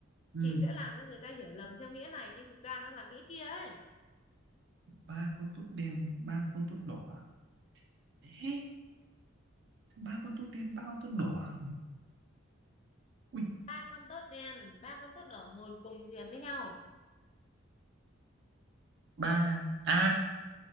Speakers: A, on the right; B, on the left.
A: ừ
B: thì sẽ làm cho người ta hiểu lầm theo nghĩa này nhưng thực ra nó là nghĩa kia ấy
A: ba con tốt đen ba con tốt đỏ Ê, ba con tốt đen ba con tốt đỏ Ui,
B: ba con tớt đen ba con tớt đỏ ngồi cùng thuyền với nhau
A: ba à